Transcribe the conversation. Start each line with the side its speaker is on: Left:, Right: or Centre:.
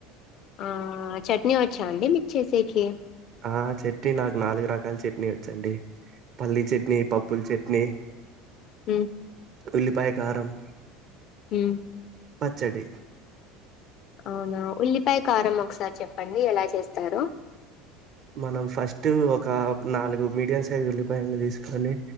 Left: ఆ చట్నీ వచ్చా అండి మీకు చేసేకి
Right: ఆ చట్నీ నాకు నాలుగు రకాల చట్నీ వచ్చండి పల్లీ చట్నీ పప్పుల చట్ ట్ని
Left: మ్మ్
Right: ఉల్లిపాయ కారం
Left: మ్మ్
Right: పచ్చడి
Left: అవునా ఉల్లిపాయ కారం ఒకసారి చెప్పండి ఎలా చేస్తారో
Right: మనం ఫస్ట్ ఒక నాలుగు మీడియం సైజ్ ఉల్లిపాయల్ని తీసుకొని